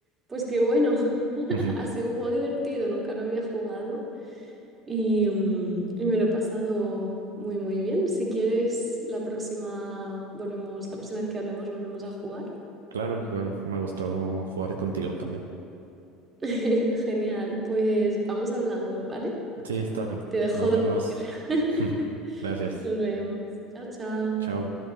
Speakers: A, on the right; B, on the right.
A: pues qué bueno. <laughs>
B: <laughs>
A: Ha sido un juego divertido, nunca lo había jugado y, mm, y me lo he pasado muy, muy bien. Si quieres, la próxima volvemos, la próxima vez que hablemos, volvemos a jugar.
B: claro, igual me gustó jugar contigo también.
A: <laughs> Genial, pues vamos hablando, ¿vale?
B: Sí, está bien.
A: Te dejo
B: Nos vemos.
A: dormir. <laughs>
B: <laughs> Gracias.
A: Nos vemos. Chao, chao.
B: Chao.